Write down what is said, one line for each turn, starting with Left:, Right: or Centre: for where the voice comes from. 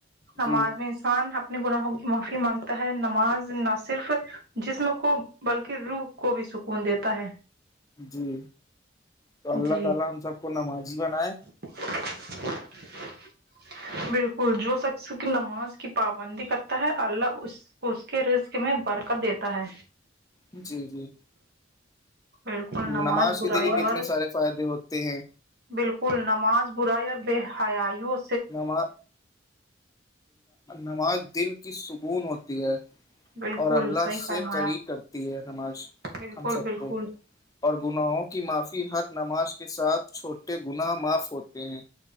Right: نماز
Left: جی
Right: انسان اپنے گناہوں کی معافی مانگتا ہے نماز نہ صرف جسم کو بلکہ روح کو بھی سکون دیتا ہے
Left: جی تو اللہ
Right: جی
Left: تعالی ہم سب کو نمازی بنائے
Right: <unintelligible> بالکل جو شخص کی نماز کی پابندی کرتا ہے اللہ اس اس کے رسک میں برکت دیتا ہے
Left: جی جی
Right: بالکل
Left: نماز
Right: برائی
Left: کے دیکھیے کتنے
Right: اور
Left: سارے فائدے ہوتے ہیں
Right: بالکل نماز برائی اور بے حیایوں
Left: نماز نماز دل کی سکون ہوتی ہے
Right: بالکل
Left: اور اللہ
Right: صحیح فرمایا
Left: سے کرری
Right: آپ،
Left: کرتی ہے نماش
Right: بالکل
Left: ہم سب
Right: بالکل
Left: کو اور گناہوں کی معافی ہر نماز کے ساتھ چھوٹے گناہ معاف ہوتے ہیں